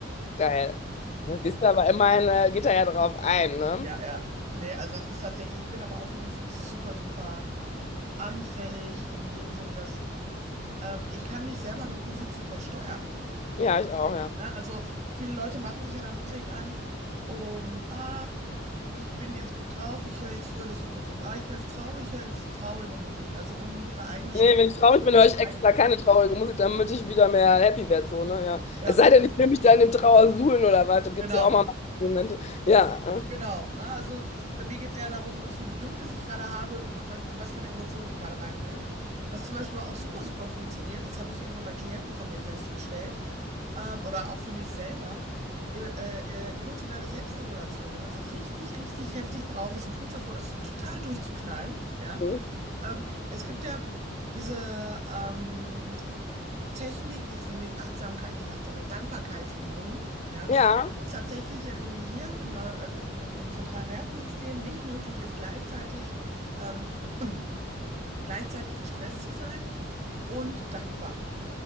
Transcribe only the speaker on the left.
Geil. Jetzt ist aber immerhin, äh, geht er ja drauf ein, ne?
Ja, ich auch, ja.
Nee, wenn ich traurig
bin,
höre ich extra keine traurige Musik, damit ich wieder mehr happy werde, so, ne? Ja.
Es sei denn,
ich will mich da in dem Trauersuhlen oder was, da gibt
es ja auch mal Momente. Ja, ne?
Mhm.
ja,